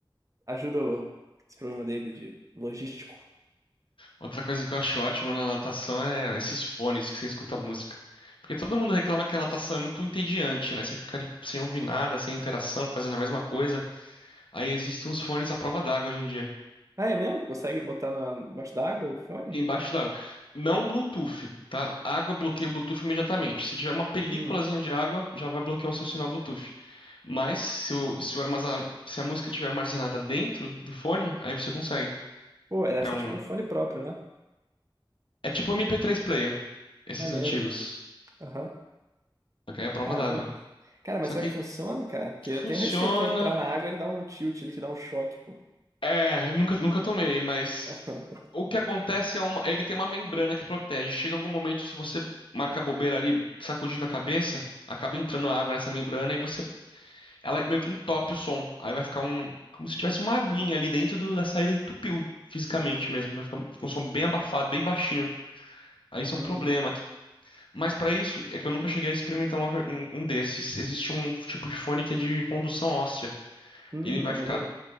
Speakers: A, on the right; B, on the left.
A: ajuda o, esse problema dele de logístico.
B: Outra coisa que eu acho ótimo na natação é esses fones que você escuta música. Porque todo mundo reclama que a natação é muito entediante, né? Você fica ali sem ouvir nada, sem interação, fazendo a mesma coisa. Aí existem uns fones à prova d'água hoje em dia.
A: Ah, é mesmo? Consegue botar na, embaixo d'água o fone?
B: Embaixo d'água. Não Bluetooth, tá? Água bloqueia o Bluetooth imediatamente. Se tiver uma películazinha
A: Hum.
B: de água, já vai bloquear o seu sinal Bluetooth. Mas se o, se o armazen- se a música estiver armazenada dentro do fone, aí você consegue.
A: Pô, deve
B: É
A: ser
B: um,
A: tipo um fone próprio, né?
B: é tipo um MP3 player, esses
A: Maneiro.
B: antigos.
A: Aham.
B: Só que aí é a prova
A: Caramba.
B: d'água.
A: Cara, mas
B: Só
A: será
B: que
A: que funciona, cara? Porque eu
B: funciona.
A: tenho receio, tu entrar na água, ele dá um tilt, ele te dá um choque, pô.
B: É, nunca, nunca tomei, mas
A: <laughs>
B: o que acontece é uma, ele tem uma membrana que protege. Chega algum momento, se você marca a bobeira ali, sacudindo a cabeça, acaba entrando água nessa membrana e você ela meio que entope o som. Aí vai ficar um, como se tivesse uma aguinha ali dentro do- da saída, entupiu fisicamente mesmo. Vai ficar, um, fica um som bem abafado, bem baixinho. Aí isso
A: Hum,
B: é um problema. que- Mas pra isso, é que eu nunca cheguei a experimentar uma ver- um, um desses. Existe um tipo de fone que é de condução óssea.
A: hum,
B: Ele
A: maneiro.
B: vai ficar,